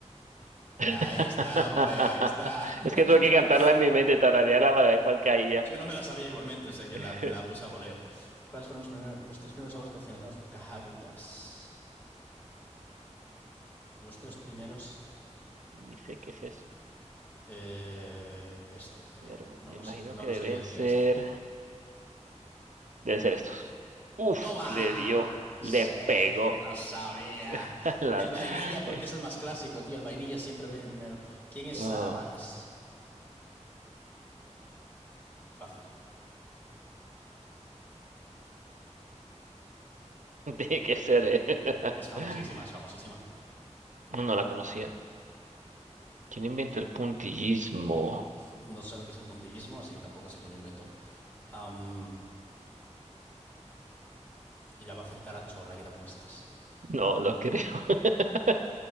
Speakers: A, on the left (about 15°); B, on the right (about 90°).
A: Ahí
B: <laughs>
A: está, hombre, ahí está.
B: Es
A: <laughs>
B: que tuve que cantarla en mi mente, tararearla para ver cuál caía.
A: Yo no me la sabía igualmente, o sea que
B: <laughs>
A: la, la puse a voleo. ¿Cuáles fueron los primeros, los tres primeros sabores comercializados por Häagen Dazs? Los tres primeros.
B: Dice qué es eso,
A: eh, este
B: pero
A: creo, no
B: me
A: lo
B: imagino
A: sé, no
B: que
A: lo
B: deben
A: sé, yo diría
B: ser.
A: este.
B: Debe ser estos. Uf,
A: ¡Toma!
B: le dio, le
A: Sí,
B: pegó.
A: lo sabía.
B: <laughs> La-
A: El vainilla, porque
B: eh,
A: es el más clásico, tío. El vainilla siempre viene primero. ¿Quién es Sara
B: ah,
A: Baras? Eh, Fácil.
B: <laughs> tiene que ser, eh.
A: Es famosísima,
B: No,
A: es famosísima.
B: no la conocía. ¿Quién inventó el puntillismo?
A: No sé lo que es el puntillismo, así que tampoco sé quién lo inventó. Am, y la va a acertar a chorra, ¿qué te apuestas?
B: No lo creo. <laughs>